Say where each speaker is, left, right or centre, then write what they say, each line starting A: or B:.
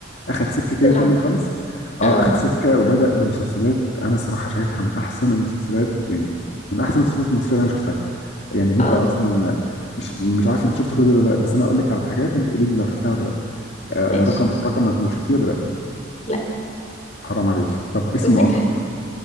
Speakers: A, on the left (about 60°); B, on the left (about 35°).
A: اخد سكه كده
B: طلع
A: تانية خالص اه
B: اه
A: اخد سكه وبدا بمسلسلات انا الصراحه شايفها من احسن المسلسلات يعني من احسن المسلسلات المصريه اللي انا شفتها يعني نبدا
B: اه
A: مثلا مش مش عارف انت شفت كل دول ولا لا بس انا هقول لك على الحاجات وانت قولي لي لو شفتها ولا لا آه،
B: ماشي
A: آه، رقم ماشي رقم مجهول شفتيه ولا لا
B: لا
A: حرام عليك طب اسم
B: بجد
A: مؤقت